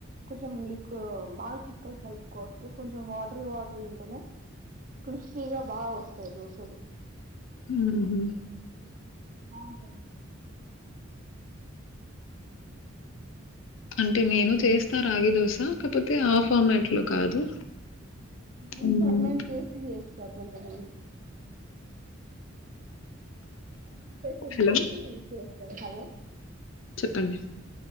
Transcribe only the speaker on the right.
కొంచెం లిక్ ఉ బాగా చిక్కగ్ కలుపుకోవద్దు కొంచెం వాటర్ వాటర్ ఉంటేనే క్రిస్పీగా బాగా వస్తాయి దోశలు
బాగుంటది
ఇ
ఫర్మం చేే ఎస్ కాకుంటా మంది కమెంటేషన్
చేస్ హలో